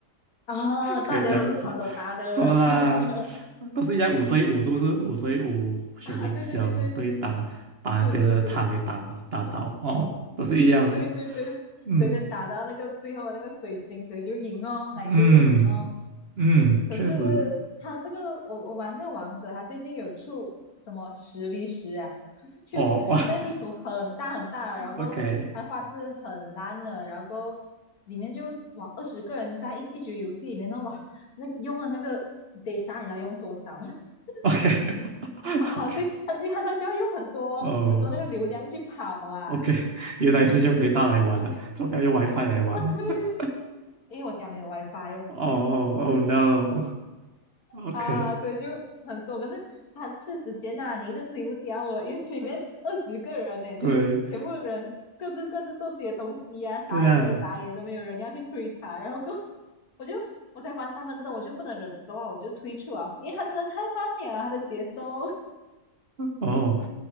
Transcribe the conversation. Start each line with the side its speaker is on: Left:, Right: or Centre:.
Left: 啊，大家都是炒
Right: 可以这样子。
Left: DOTA 的
Right: 多啦，
Left: <laughs>
Right: 都是一样五对五，是不是？五对五选英雄，
Left: 啊，对对对对，
Right: 对打把别人的塔给打打倒，
Left: 是是是。
Right: 哦，都是一样哦。
Left: 对对对，
Right: 嗯，
Left: 谁先打到那个最后的那个水晶，谁就赢哦，哪一队就赢哦。
Right: 嗯嗯，
Left: 可是他这个，
Right: 确实，
Left: 我我玩这个王者，他最近有出什么十 v 十啊？<laughs> 就那个地图很大很大，
Right: 哦，哇 <laughs>，OK。
Left: 然后它的画质很烂的，然后里面就哇二十个人在一一局游戏里面呢，哇，那用了那个 data 你知道用多少吗？<laughs>
Right: <laughs> OK，OK，
Left: 哇啊，对，他就他需要用很多很多那个流量去跑啊，
Right: 哦，OK，原来是用 data 来玩的，
Left: 因为
Right: 做不边用 WiFi 来玩。
Left: 他对，
Right: <laughs>
Left: 因为我家没有 WiFi 哦。
Right: 哦哦哦，Oh，no，OK，
Left: 啊，对，就很多，可是它是时间呐、你一直推不掉哦，因为里面二十个人呢，就全部人各自各自做自己的东西啊，
Right: 对
Left: 打野的打野都没有人要去推它，
Right: 对啊，
Left: 然后过我就我才玩三分钟，我就不能忍受啊，我就退出啊，因为他真的太慢了，他的节奏
Right: 哦，